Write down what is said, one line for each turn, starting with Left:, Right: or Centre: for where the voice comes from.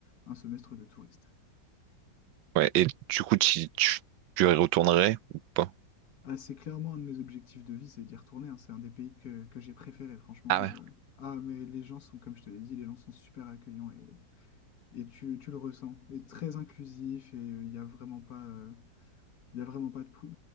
Left: un semestre de touriste.
Right: Ouais, et du coup, tu, tu, tu y retournerais ou pas?
Left: Ah, c'est clairement un de mes objectifs de vie, c'est d'y retourner. hein. C'est un des pays que, que j'ai préféré, franchement.
Right: Ah ouais.
Left: euh. Ah, mais les gens sont, comme je te l'ai dit, les gens sont super accueillants et, et tu, tu le ressens. Et très inclusif et euh, il n'y a vraiment pas. euh, Il n'y a vraiment pas de... pou-